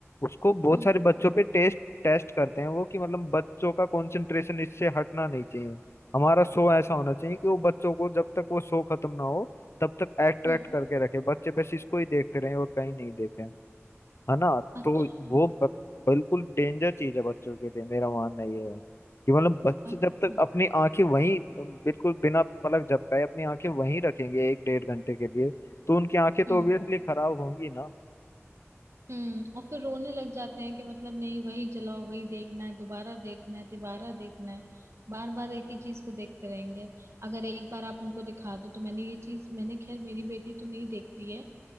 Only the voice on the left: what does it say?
उसको बहुत
सारे बच्चों पे टेस्ट टेस्ट करते हैं वो कि मतलब बच्चों का कंसंट्रेशन इससे हटना नहीं चाहिए हमारा शो ऐसा होना चाहिए कि वो बच्चों को जब तक वो शो खत्म ना हो तब तक अट्रैक्ट
करके रखे बच्चे बस इसको ही देखते रहे और कहीं नहीं देखे है ना
तो वो ब- बिल्कुल डेंजर चीज है बच्चों के लिए मेरा मानना ये है कि मतलब बच्चे
जब तक अपनी आंखें वहीं बिल्कुल बिना पलक झपकाए अपनी आंखें वहीं रखेंगे एक डेढ़ घंटे के लिए तो उनकी आंखें तो
ऑब्वियसली खराब होंगी ना